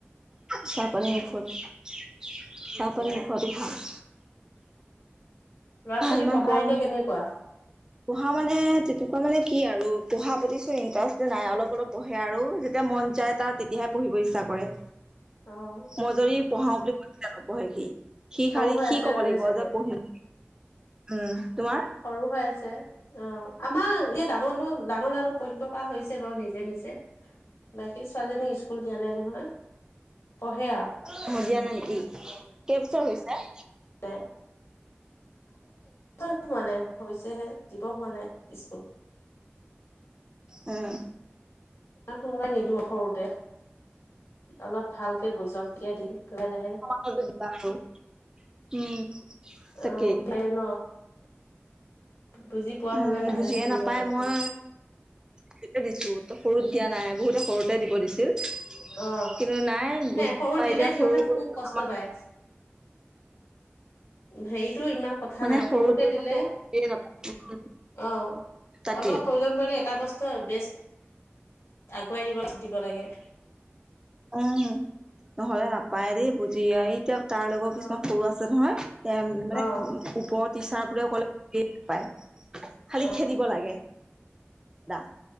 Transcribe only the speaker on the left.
অ দিয়া
ল'ৰা-ছোৱালী
পঢ়া
এতিয়া কেনেকুৱা?
অ'।
হৈ
আছে
কাৰণে
চাগে
সৰু হৈ আছে অ', আমাৰ এতিয়া ডাঙৰটো ডাঙৰ ল'ৰাটো পঢ়িব পৰা হৈছে বাৰু নিজে নিজে, বাকী ছোৱালীজনীক স্কুল দিয়া নাই নহয়। পঢ়ে আৰু
এ চ হোৱা নাই হৈছেহে দিব হোৱা নাই স্কুল।
ইমান সোনকালে নিদিওঁ সৰুতে অলপ ভালকে বুজক তেতিয়া দিম লাহে লাহে।
অ', ভালে ন'। বুজি পোৱা
হলে লাহে
লাহে দিম
আৰু স্কুল
অ
সৰুত
দিলে
সিহঁতে
খুব কষ্ট
পায় হেৰিটো ইমান কথা
নাই
সৰুতে দিলে
অ
অলপ প্ৰয়োজন পৰিলে এটা বস্তু বেছ আগুৱাই দিব দিব লাগে।
অ
অ
অ